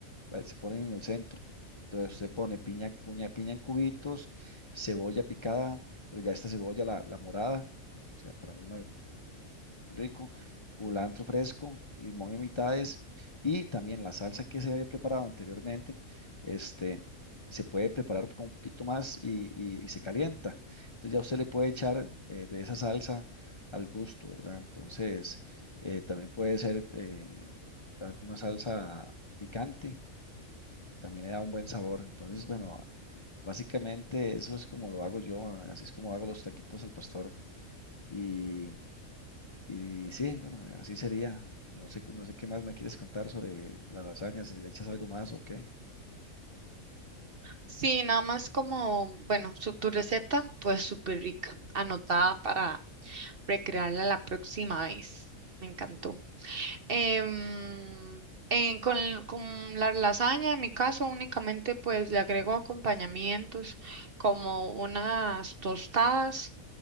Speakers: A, on the left (about 30°); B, on the right (about 50°).
A: ¿vale? se ponen en el centro. Entonces se pone piña, puña- piña en cubitos, cebolla picada, pero ya esta cebolla, la, la morada, o sea, para mí rico, culantro fresco, limón en mitades y también la salsa que se había preparado anteriormente, este, se puede preparar con un poquito más y, y- y se calienta. Entonces ya usted le puede echar eh, de esa salsa al gusto, ¿verdad? Entonces eh, también puede ser eh, la- una salsa picante, también le da un buen sabor. Entonces, bueno, básicamente eso es como lo hago yo, así es como hago los taquitos al pastor. Y y sí, bueno, así sería. No sé, no sé qué más me quieres contar sobre las lasañas, si le echas algo más o qué.
B: Sí, nada más como, bueno, su, tu receta pues súper rica, anotada para recrearla la próxima vez. Me encantó. Em, en- con, con la lasaña, en mi caso, únicamente pues le agrego acompañamientos como unas tostadas